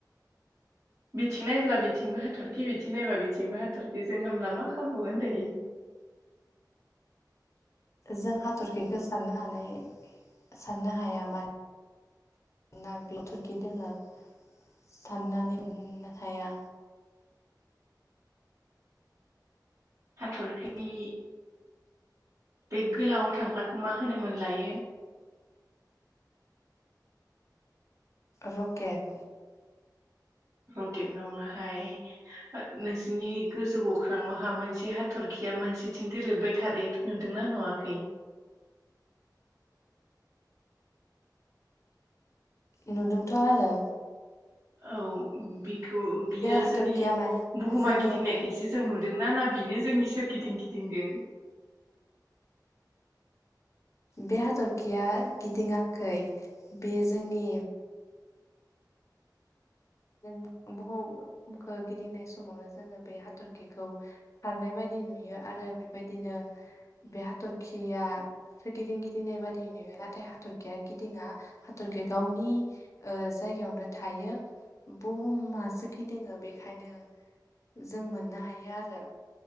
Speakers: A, on the right (about 45°); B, on the left (about 40°).
A: बिथिं नायब्ला बिथिंबो हाथरखि बिथिं नायबब्ला बिथिंबो हाथरखि जों होनोमब्ला मा खालामबावगोन दायो।
B: जों हाथरखिखौ साननो हानाय साननो हाया मानो दाना बिथरखि दोङो साननानै हाया।
A: हाथरखि। बे गोलाव थांगग्राखौ मा होनोमोन लायो?
B: रकेट।
A: रकेट नङाहाय नोंसिनि गोजौ गख्राङावहा मोनसे हाथरखि या मोनसेथिं दोरोबबाय थादो नुदोंना नुवाखै?
B: नुदोंथ' आरो।
A: औ बि। बियो
B: हाथरखिया
A: जोंनि
B: मानि
A: बुहुमा
B: जोङो
A: गिदिंनायखौायसो
B: बे
A: जों नुदोंना ना बेनो जोंनि सोरगिदिं गिदिंदों।
B: बे हाथरखिया गिदिङाखै बे जोंनि <unintelligible> बुहुमखौ गिदिंनाय समावनो जोङो बे हाथरखिखौ खारनाय बायदि नुयो आरो। बेबायदिनो बे हाथरखिया। सोर गिदिं गिदिंनाय बादि नुयो नाथाय हाथरखिया गिदिङा हाथरखि गावनि जाय। जायगायावनो थायो। बुहुमासो गिदिङो बेखायनो जों मोननो हायो आरो।